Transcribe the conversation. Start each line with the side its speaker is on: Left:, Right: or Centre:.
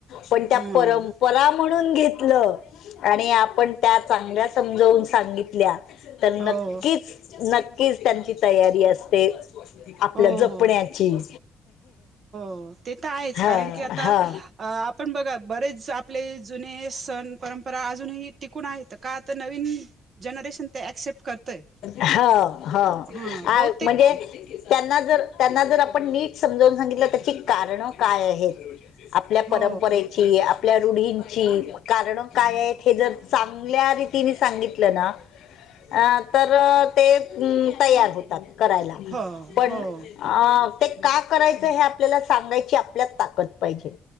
Left: पण, त्या
Right: हो
Left: परंपरा म्हणून घेतलं आणि आपण त्या चांगल्या समजवून सांगितल्या, तर नक्कीच
Right: हो
Left: नक्कीच त्यांची तयारी असते. आपल्या
Right: हो
Left: जपण्याची.
Right: हो हो ते तर आहेच,
Left: हा
Right: कारण की, आता
Left: हा
Right: आपण बघा बरेच आपले जुने सण परंप परा अजूनही टिकून आहेत, तर का तर नवीन जनरेशन ते ऍक्सेप्ट करतय
Left: हो हो,
Right: हा बहुतेक
Left: म्हणजे त्यांना जर त्यांना जर, आपण नीट समजवून सांगितलं त्याची कारणं काय आहेत आपल्या
Right: हो
Left: परंपर ची, आपल्या रुढिंची कारण काय आहेत? हे जर चांगल्या रितीने सांगित आपल्याला अं तर, ते तयार होतात. करायला,
Right: हो
Left: पण
Right: हो
Left: अं, ते का करायचं? हे आपल्याला सांगायची आपल्यात ताकद पाहिजे.